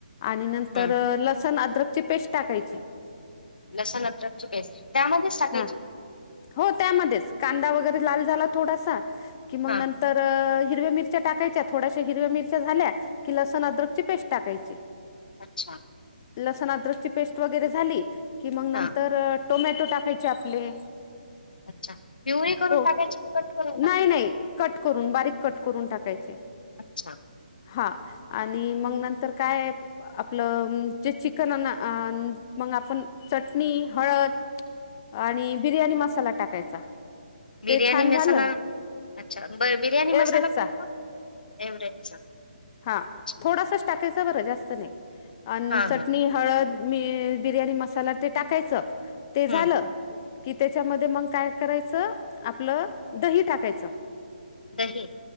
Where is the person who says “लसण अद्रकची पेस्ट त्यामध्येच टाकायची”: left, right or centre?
Left